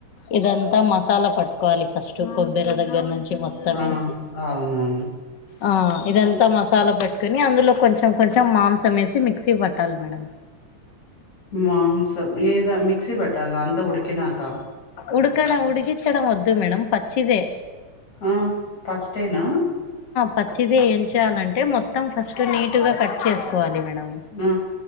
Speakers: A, on the left; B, on the left.
A: ఇదంతా మసాలా పట్టుకోవాలి ఫస్ట్ కొబ్బెరి దగ్గర నుంచి మొత్తం
B: ఆ!
A: వేసి
B: అవునవును.
A: ఆ ఇదంతా మసాలా పట్కొని అందులో కొంచెం కొంచెం మాంసం వేసి మిక్సీ పట్టాలి మేడం
B: మాంసం ఏదా మిక్సీ పట్టాల అంతా ఉడికినాకా
A: ఉడకన ఉడికించడం వద్దు మేడం పచ్చిదే
B: ఆ ఫస్ట్ నా
A: పచ్చిది ఏం చేయాలంటే మొత్తం ఫస్ట్ నీటుగా కట్ చేసుకోవాలి మేడం
B: ఆ!